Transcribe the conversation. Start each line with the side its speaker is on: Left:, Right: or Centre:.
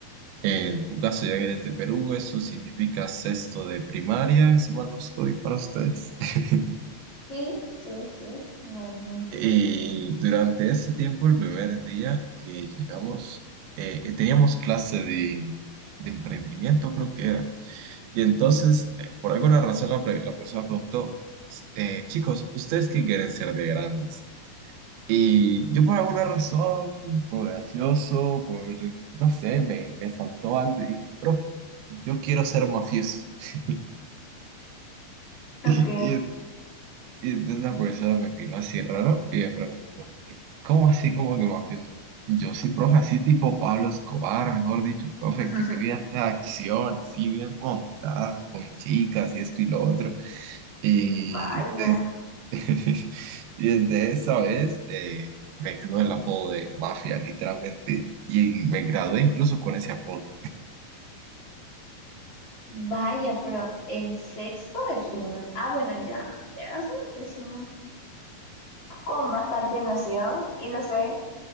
Right: En tu caso, ya que eres de Perú, eso significa sexto de primaria, si mal no estoy para ustedes. <laughs>
Left: sí, sí, sí. No hay... ningún-
Right: Y durante ese tiempo, el primer día que llegamos, eh, eh, teníamos clase de, de emprendimiento, creo que era. Y entonces, eh, por alguna razón, la, pre- la profesora preguntó, eh, chicos, ¿ustedes qué quieren ser de grandes? Y yo por alguna razón, por gracioso, por, no sé, me, me saltó algo y dije, profe, yo quiero ser mafioso. <laughs>
Left: Ok.
Right: Y, y, y entonces la profesora me miró así raro y me preguntó. ¿Cómo así como que mafioso? Yo sí, profe, así tipo Pablo Escobar, mejor dicho, profe,
Left: <laughs>
Right: que mi vida sea acción, así bien montada, con chicas y esto y lo otro. Y
Left: Vaya,
Right: des- <laughs> y desde esa vez eh, me quedó el apodo de mafia, literalmente. Y me gradué incluso con ese apodo.
Left: vaya, pero en sexto de primaria. Ah, bueno, ya, ya eras una persona con bastante noción y no sé,